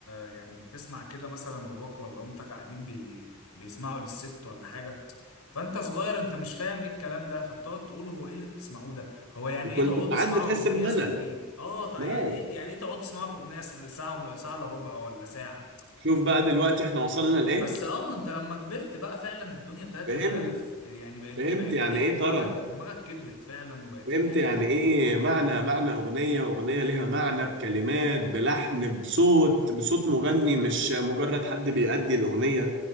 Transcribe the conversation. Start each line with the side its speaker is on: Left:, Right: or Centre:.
Left: يعني بتسمع كده مثلا باباك ولا امتك قاعدين بي بيسمعوا للست ولا حاجه فانت صغير انت مش فاهم ايه الكلام ده فبتقعد تقول هو ايه اللي انتوا بتسمعوه ده هو يعني
Right: كنت
Left: ايه تقعدوا
Right: ساعات
Left: تسمعوا
Right: بتحس
Left: اغنيه
Right: بملل
Left: ساعتين اه طيب
Right: ملل
Left: يعني ايه يعني ايه تقعدوا تسمعوا في اغنيه س- ساعه و- ساعه الا ربع ولا ساعه
Right: شوف بقى دلوقتي احنا وصلنا لإيه
Left: بس اه انت لما كبرت بقى فعلا الدنيا ابتدت
Right: فهمت
Left: تختلف يعني بقت
Right: فهمت
Left: بقت
Right: يعني
Left: ايه
Right: ايه
Left: دماغك
Right: طرب
Left: دماغك كبرت فعلا وبقت
Right: فهمت
Left: فهمت
Right: يعني ايه معنى معنى اغنية اغنية ليها معنى بكلمات بلحن بصوت بصوت مغني مش مجرد حد بيأدي الاغنية